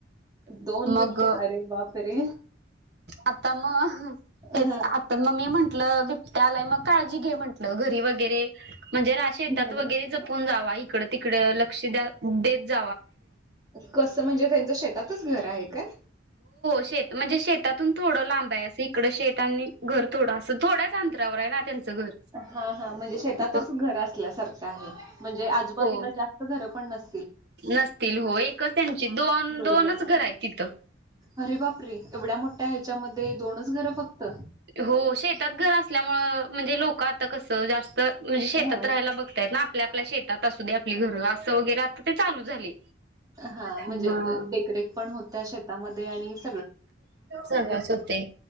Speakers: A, on the right; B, on the right.
A: दोन
B: मग
A: बिबट्या अरे वापरे
B: आता मग
A: हा
B: हेच आता मम्मी म्हणते लं बिबट्यालाय मग काळजी घे म्हटलं घरी वगैरे म्हणजे शेतात
A: हम्म
B: वगरे जपून जा इकड तिकडे लक्ष देत
A: कसं म्हणजे त्यांचं शेतातच घर आहे काय
B: श म्हणजे थोडं लांब आहे इकड शेेतनी घर थोडं असं थोडं संत्रावर आहे घर.
A: हा हा म्हणजे शेतातच
B: हो
A: घर असल्यासारखं आहे म्हणजे आजूबाजूला
B: हो
A: जास्त घरं पण नस
B: नसतील हो एकच त्यांची दोन
A: बरोबर
B: दोनच
A: आहे
B: घर आहेत तिथं
A: अरे बाप रे एवढ्या मोठ्या ह्याच्यामध्ये दोनच घरं फक्त
B: हो शेतात घर असल्यामु म्हणजे लोक आता कसं जास्त म्हणजे शेतात
A: हा
B: राहायला बघतायत ना आपल्या आपल्या शेतात. आ आपली घरं असं वगैरे आता ते चालू झाले.
A: हा म्हणजे
B: मग
A: देखरेख पण होत्या शेतामध्ये. आणि ते.
B: सगळ च होते.